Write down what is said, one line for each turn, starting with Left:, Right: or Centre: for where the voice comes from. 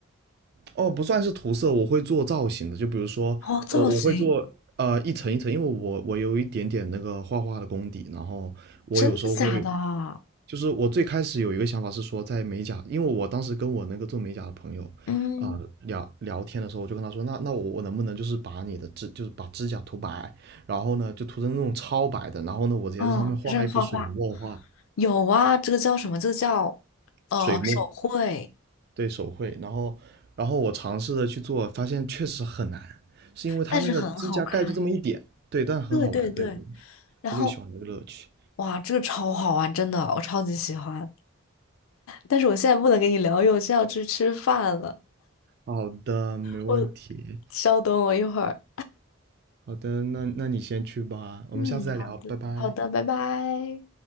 Right: 哦，不算是涂色，我会做造型的。就比如说，
Left: 哦，造型。
Right: 我我会做呃一层一层，因为我我有一点点那个画画的功底，然后我有时候会，
Left: 真的假的啊？
Right: 就是我最开始有一个想法是说，在美甲，因为我当时跟我那个做美甲的朋友
Left: 嗯，
Right: 啊、聊聊天的时候，我就跟他说，那那我我能不能就是把你的指就是把指甲涂白，然后呢就涂成那种超白的，然后呢我直接在上面画一幅水墨画，
Left: 哦，就是画画，有啊，这个叫什么？这个叫呃手绘，
Right: 水墨。对手绘，然后然后我尝试着去做，发现确实很难，是因为它那个指甲盖就这么一点，
Left: 但是很好看。
Right: 对，但很好玩，
Left: 对对对，
Right: 对，我
Left: 然后
Right: 我就喜欢这个乐趣。
Left: 哇，这个超好玩，真的，我超级喜欢。但是我现在不能跟你聊，因为我现在要去吃饭了。
Right: 好的，没问题。
Left: 我稍等我一会儿。
Right: 好的，那那你先去吧，我们下次再聊，
Left: 嗯，好的，
Right: 拜拜。
Left: 好的，拜拜。